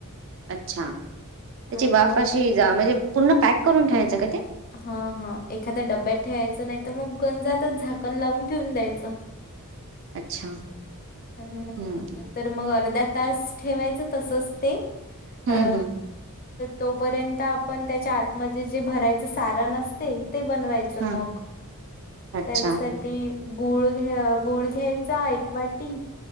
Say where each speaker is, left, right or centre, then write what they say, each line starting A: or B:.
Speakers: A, on the right (about 60°); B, on the left (about 40°).
A: अच्छा त्याची
B: आणि
A: वाफ
B: मग
A: अशी जा म्हणजे पूर्ण पॅक करून ठेयचं का ते?
B: हा हा एखाद्या डब्यात ठेवायचं नाही. तर मग गंजातच झाकण लावून ठेऊन द्यायचं.
A: अच्छा!
B: नंतर
A: हम्म
B: मग अर्धा तास ठेवायचं तसच ते.
A: हम्म
B: अ.
A: हम्म
B: तोपर्यंत आपण त्याच्या आतमध्ये जे भरायचं सारन असते. ते बनवायचं
A: हा
B: मग
A: अच्छा
B: त्याचसाठी. गुळ घ्या. गुळ घ्यायचा एक वाटी.